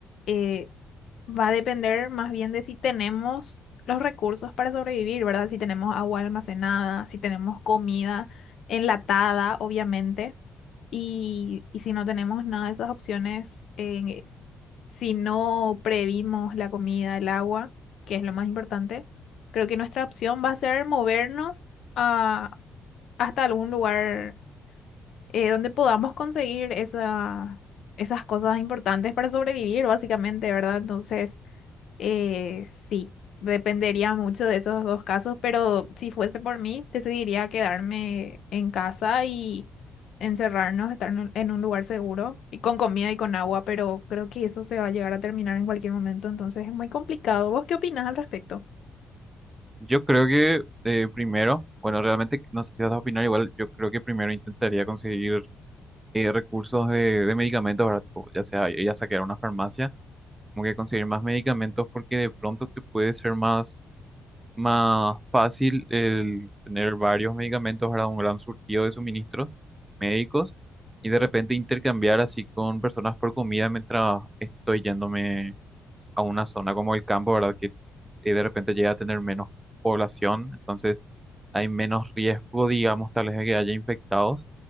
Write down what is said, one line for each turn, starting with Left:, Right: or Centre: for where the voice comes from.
Left: eh, Va a depender más bien de si tenemos los recursos para sobrevivir, ¿verdad? Si tenemos agua almacenada, si tenemos comida enlatada, obviamente. Y, y si no tenemos nada de esas opciones, eh, si no previmos la comida, el agua, que es lo más importante, creo que nuestra opción va a ser movernos a- hasta algún lugar eh, donde podamos conseguir esa- esas cosas importantes para sobrevivir, básicamente, ¿verdad? Entonces... Eh, sí, dependería mucho de esos dos casos, pero si fuese por mí, decidiría quedarme en casa y encerrarnos, estar en un, en un lugar seguro y con comida y con agua, pero creo que eso se va a llegar a terminar en cualquier momento, entonces es muy complicado. ¿Vos qué opinás al respecto?
Right: Yo creo que eh, primero, bueno, realmente no sé si vas a opinar igual, yo creo que primero intentaría conseguir eh, recursos de, de medicamentos, ¿verdad? Tipo, ya sea ir a saquear una farmacia, como que conseguir más medicamentos porque de pronto te puede ser más más fácil el tener varios medicamentos para un gran surtido de suministros médicos y de repente intercambiar así con personas por comida mientras estoy yéndome a una zona como el campo, ¿verdad? Que eh, de repente llega a tener menos población, entonces hay menos riesgo, digamos, tal vez de que haya infectados.